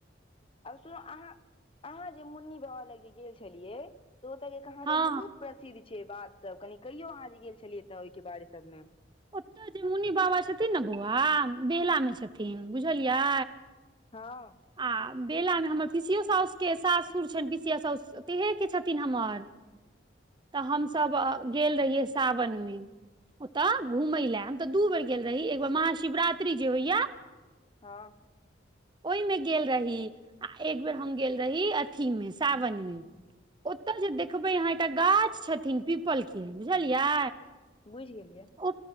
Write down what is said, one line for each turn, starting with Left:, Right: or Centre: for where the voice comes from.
Left: आब सुन अहाँ अहाँ जे मुन्नी बाबा लग जे गेल छलियै तऽ ओत कहााँ
Right: हँ
Left: बहुत प्रसिद्ध छै बात सब कनि कहियो अहाँ जे गेल छलियै तऽ ओहिके बारे सबमे
Right: ओतय जे मुनि बाबा छथिन ने बौआ बेला मे छथिन बुझलियै
Left: हँ
Right: आ बेला मे हमर पिसियो साासु के सासुर छनि पीसिया सासु तेहे के छथिन हमर तऽ हमस गेल रहिय सावन मे ओतऽ घूमय लए हम तऽ दू बेर गेल रही एकार महाशिवरात्रि जे होइया
Left: हँ
Right: ओहिमे गेल रही आ एक बेर हम गेल रही अथी मे सावन मे ओतय जे देखबै अहाँ एकटा गाछ छथिन पीपल के बुझलियै
Left: बुझि गेलियै
Right: ओ